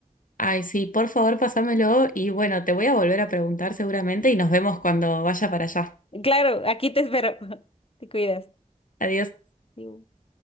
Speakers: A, on the left (about 80°); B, on the left (about 45°).
A: Ay, sí, por favor, pásamelo y bueno, te voy a volver a preguntar seguramente y nos vemos cuando vaya para allá.
B: Claro, aquí te espero. <laughs> Te cuidas.
A: Adiós.
B: Adiós.